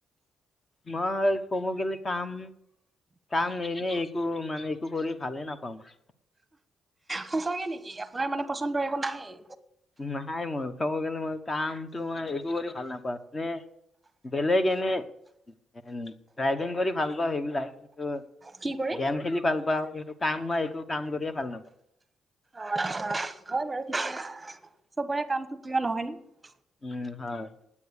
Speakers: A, on the left; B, on the right.
A: মই ক'ব গেলে কাম কাম এনেই একো মানে একো কৰি ভালেই নাপাওঁ মই
B: সঁচাকে নেকি আপোনাৰ মানে পচন্দৰ একো নাই?
A: নাই মোৰ ক'ব গ'লে মই কামটো মই একো কৰি ভাল নাপাওঁ নে বেলেগ এনেই ড্ৰাইভিং কৰি ভাল পাওঁ সেইবিলাক কিন্তু
B: কি কৰি?
A: গেম খেলি ভাল পাওঁ কিন্তু কাম মই একো কাম কৰিয়েই ভাল নাপাওঁ।
B: অঁ আচ্ছা হয় বাৰু ঠিকে আছে চবৰে কামটো প্ৰিয় নহয় ন।
A: উম হয় <inaudible>